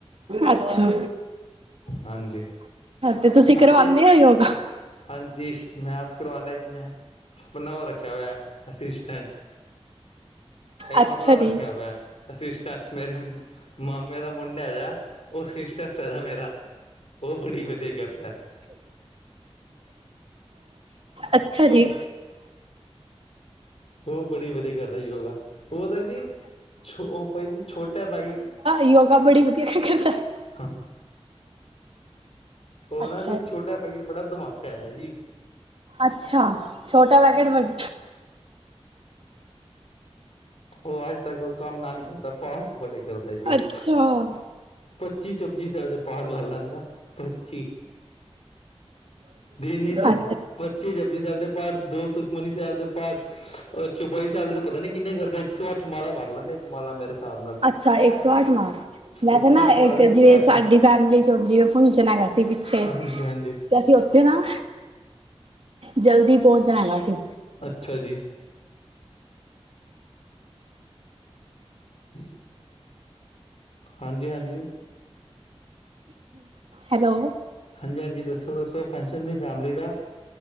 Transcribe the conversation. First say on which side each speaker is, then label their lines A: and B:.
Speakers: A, on the right; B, on the left.
A: ਅੱਛਾ।
B: ਹਾਂਜੀ।
A: ਤੇ ਤੁਸੀਂ ਕਰਵਾਂਦੇ
B: ਅਸੀਂ
A: ਓ ਯੋਗਾ?
B: ਹਾਂਜੀ ਮੈਂ ਆਪ ਕਰਵਾਣਾ ਇੱਕ ਮੈਂ ਆਪਣਾ ਉਹ ਰੱਖਿਆ ਹੋਇਆ ਅਸਿਸਟੈਂਟ। ਏਕ
A: ਅੱਛਾ
B: ਮੈਂ ਆਪਣਾ ਰੱਖਿਆ
A: ਜੀ।
B: ਹੋਇਆ ਅਸਸਿਸਟੈਟ ਮੇਰੇ ਮਾਮ ਮੇਰਾ ਮੁੰਡਾ ਹੈਗਾ ਉਹ ਸਿਸਟੈਸ ਹੈਗਾ ਮੇਰਾ। ਓਹ ਬੜੀ ਵਧਿਆ ਕਰਦਾ।
A: ਅੱਛਾ ਜੀ।
B: ਓ ਬੜੀ ਵਧੀਆ ਕਰਦਾ ਯੋਗਾ। ਉਹ ਤਾਂ ਜੀ ਛੋ ਭਾਈ ਜੀ ਛੋਟਾ ਹੈ ਬਾਇਡ।
A: ਯੌਗਾ ਬੋਹੁਤ ਵਦੀਆ ਕਰਦਾ ਹੈ
B: ਹਾਂ। ਉਹ
A: ਅੱਛਾ
B: ਨਾ ਜੀ ਛੋਟਾ ਪੈਕਿਟ ਬੜਾ ਧਮਾਕਾ ਐ ਜੀ।
A: ਅੱਛਾ ਛੋਟਾ ਪੈਕਟ ਵਡ
B: ਉਹ ਅੱਜ ਤੱਕ ਕੋਈ ਕੰਮ ਨਾ ਨੀ ਕਰਦਾ ਪਾਠ ਬੜੇ ਕਰਦਾ ਜੀ ਉਹ।
A: ਅੱਛਾ
B: ਪੱਚੀ ਜਪਜੀ ਸਾਹਿਬ ਦੇ ਪਾਠ ਕਰ ਲੈਂਦਾ ਪੱਚੀ। ਦਿਨ ਇਚ
A: ਅੱਛਾ
B: ਪੱਚੀ ਜਪਜੀ ਸਾਹਿਬ ਦੇ ਪਾਠ ਦੋ ਸੁਖਮਨੀ ਸਾਹਿਬ ਦੇ ਪਾਠ ਚੌਪਈ ਸਾਹਿਬ ਦੇ ਤੇ ਪਤਾ ਨੀ ਕਿੰਨੇ ਕਰਦਾ ਈ। ਇਰ ਸੋ ਅੱਠ ਮਾਲਾ ਕਰ ਲੈਂਦਾ ਈ। ਮਾਲਾ ਮੇਰੇ ਸਾਬ ਨਾਲ
A: ਅੱਛਾ ਇੱਕ ਸੌ ਅੱਠ ਮਾਰਕ ਵੈਸੇ
B: ਏਕ ਸੌ
A: ਨਾ
B: ਅੱਠ ਮਾਲਾ
A: ਇੱਕ
B: ਨੇ ਏਕ
A: ਜਿਵੇਂ
B: ਸੌ ਅੱਠ।
A: ਸਾਡੀ ਫੈਮਿਲੀ ਚ ਉਂਜ ਈ ਉਹ ਫੰਕਸ਼ਨ ਹੈਗਾ ਸ ਤੀ ਪਿੱਛੇ
B: ਹਾਂਜੀ ਹਾਂਜੀ
A: ਤੇ ਅਸੀਂ ਉੱਥੇ ਨਾ ਜਲਦੀ ਪਹੁੰਚਣਾ ਹੈਗਾ ਸੀ।
B: ਅੱਛਾ ਜੀ। <inaudible> ਹਾਂਜੀ-ਹਾਂਜੀ।
A: ਹੈਲੋ।
B: ਹਾਂਜੀ ਹਾਂਜੀ ਦੱਸੋ ਦੱਸੋ ਫੰਕਸ਼ਨ ਸੀ ਫੈਮਿਲੀ ਦਾ।